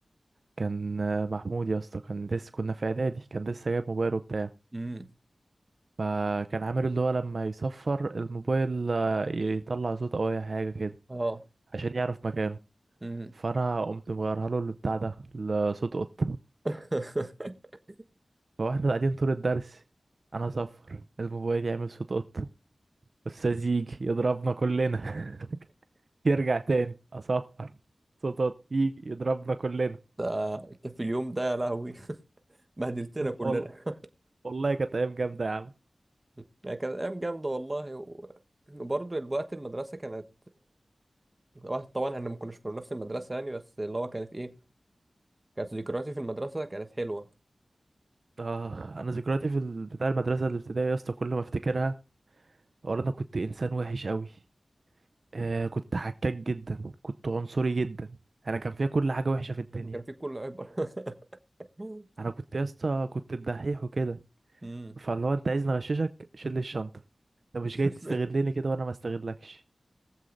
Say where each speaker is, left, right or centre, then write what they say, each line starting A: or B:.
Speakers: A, on the right; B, on the right.
A: كان آه، محمود يا اسطى كان لسه كنا في اعدادي كان لسه جايب موبايل وبتاع
B: امم
A: فكان عامل اللي هو لما يصفر الموبايل آه، يطلع صوت او اي حاجه كده
B: اه
A: عشان يعرف مكانه
B: امم
A: فانا قمت مغيرها له البتاع ده لصوت قط
B: <laughs>
A: فواحنا قاعدين طول الدرس انا اصفر الموبايل يعمل صوت قطة استاذ يجي يضربنا كلنا <laughs> يرجع تاني اصفر صوت قطة يجي يضربنا كلنا
B: ده انت في اليوم ده يا لهوي <laughs> بهدلتنا كلنا
A: وال...
B: <laughs>
A: والله كانت ايام جامدة يا عم
B: يعني كانت ايام جامدة والله و... وبرضه الوقت المدرسة كانت واحد طبعا احنا ما كناش في نفس المدرسة يعني بس اللي هو كانت ايه كانت ذكرياتي في المدرسة كانت حلوة
A: اه انا ذكرياتي في ال- بتاع المدرسة الابتدائية يا اسطى كل ما افتكرها أقول انا كنت انسان وحش قوي آه كنت حكاك جدا كنت عنصري جدا انا كان فيا كل حاجة وحشة في الدنيا
B: كان في كل عبر <laughs>
A: انا كنت يا اسطى كنت الدحيح وكده
B: أمم.
A: فاللي هو انت عايز نغششك شيل لي الشنطة انت
B: <laughs>
A: مش جاي تستغلني كده وانا ما استغلكش